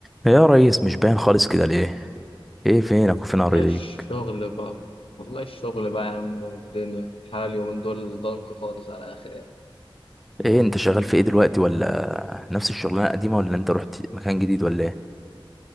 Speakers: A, in the centre; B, on the left (about 80°).
A: يا ريس مش باين خالص كده ليه ايه فينك وفين
B: والله
A: اراضيك
B: الشغل بقى والله الشغل بقى يا عم والدنيا حالي ومن دول ضنك خالص على الاخر يعني
A: ايه انت شغال في ايه دلوقتي ولا نفس الشغلانه القديمه ولا انت رحت مكان جديد ولا ايه